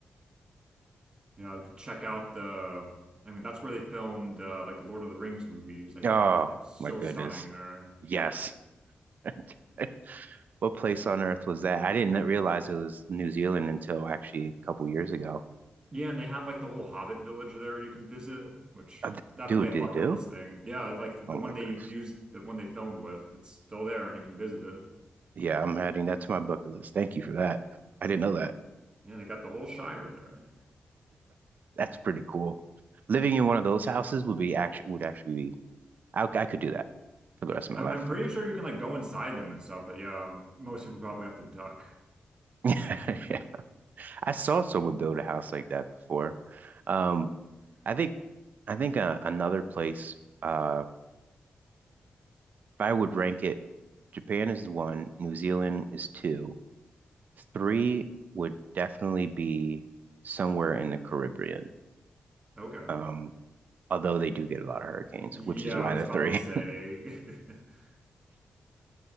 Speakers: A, on the right; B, on the right.
A: Yeah, I could check out the. I mean, that's where they filmed uh, like the Lord of the Rings movies, I
B: Oh
A: think. Like so
B: my goodness,
A: stunning there.
B: yes. <laughs> What place on earth was that? I didn't realize it was New Zealand until actually a couple years ago.
A: Yeah, and they have like the whole Hobbit village there you can visit, which
B: Uh, d-
A: definitely
B: dude,
A: a
B: did
A: bucket
B: it do?
A: list thing. Yeah, it's like
B: Oh
A: the one
B: my
A: they
B: goodness.
A: used, the one they filmed with, it's still there and you can visit it.
B: Yeah, I'm adding that to my bucket list. Thank you for that. I didn't know that.
A: Yeah, they got the whole Shire there.
B: That's pretty cool. Living in one of those houses would be actually would actually be I, I could do that for the rest of
A: I'm
B: my life.
A: I'm pretty sure you can like go inside them and stuff, but yeah, um, most people probably have to duck.
B: <laughs> I saw someone build a house like that before. Um, I think I think uh, another place uh, if I would rank it, Japan is one, New Zealand is two, three would definitely be somewhere in the Caribbean.
A: Okay.
B: Um, although they do get a lot of hurricanes,
A: Yeah,
B: which is
A: I
B: why
A: was
B: they're
A: about
B: three.
A: to say. <laughs>